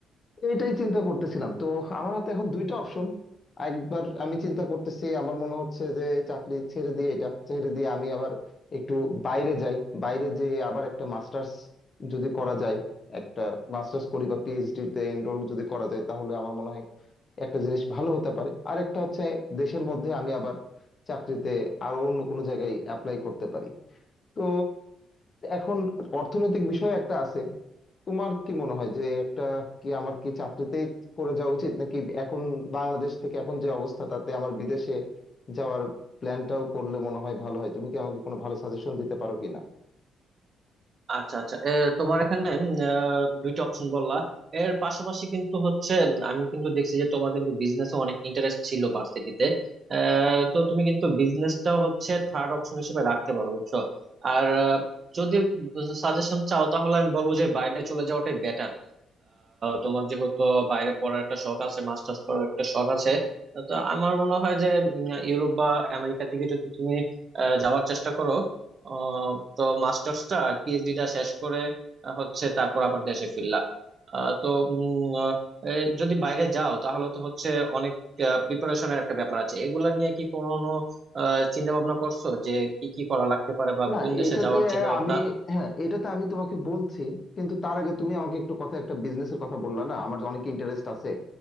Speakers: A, on the left; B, on the right.
A: এইটাই চিন্তা করতেছিলাম তো আমার হাতে এখন দুইটা অপশন একবার আমি চিন্তা করতেছি আমার মনে হচ্ছে যে চাকরি ছেড়ে দিয়ে এটা ছেড়ে দিয়ে আমি আবার একটু বাইরে যাই বাইরে যেয়ে আবার একটা মাস্টার্স যদি করা যায় একটা মাস্টার্স করি বা পিএইচডি তে এনরোল যদি করা যায় তাহলে আমার মনে হয় একটা জিনিস ভালো হতে পারে আর একটা হচ্ছে দেশের মধ্যে আমি আবার চাকরিতে আরো অন্য কোনো জায়গায় অ্যাপ্লাই করতে পারি তো এখন অর্থনৈতিক বিষয় একটা আছে তোমার কি মনে হয় যে একটা কি আমার কি চাকরিতেই করে যাওয়া উচিত নাকি এখন বাংলাদেশ থেকে এখন যে অবস্থা তাতে আমার বিদেশে যাওয়ার প্ল্যানটাও করলে মনে হয় ভালো হয় তুমি কি আমাকে কোনো ভালো সাজেশন দিতে পারো কিনা
B: আচ্ছা আচ্ছা এ, তোমার এখানে উম, আহ, দুইটা অপশন বললা এর পাশাপাশি কিন্তু হচ্ছে উম, আমি কিন্তু দেখছি যে তোমার কিন্তু বিজনেসে অনেক ইন্টারেস্ট ছিল ভার্সিটিতে তো তুমি কিন্তু বিজনেসটাও হচ্ছে থার্ড অপশন হিসেবে রাখতে পারো বুঝছো আর আহ, যদি সাজেশন চাও তাহলে আমি বলবো যে বাইরে চলে যাওয়াটাই বেটার তোমার যেহেতু বাইরে পড়ার একটা শখ আছে মাস্টার্স করার একটা শখ আছে তো আমার মনে হয় যে উম, ইউরোপ বা আমেরিকার দিকে যদি তুমি আহ, যাওয়ার চেষ্টা করো আহ, তো মাস্টার্সটা পিএইচডিটা শেষ করে আহ, হচ্ছে তারপর আবার দেশে ফিরলাম আহ, তো উম, আহ, এ, যদি বাইরে যাও তাহলে তো হচ্ছে অনেক প্রিপারেশনের একটা ব্যাপার আছে এগুলা নিয়ে কি কোনো চিন্তা ভাবনা করছো যে কি কি করা লাগতে পারে বা
A: না
B: কোন দেশে
A: এটাতে
B: যাওয়ার চিন্তা ভাবনা
A: আমি হ্যাঁ এটাতে আমি তোমাকে বলছি কিন্তু তার আগে তুমি আমাকে একটু কথা একটা বিজনেসের কথা বললা না আমার অনেক ইন্টারেস্ট আছে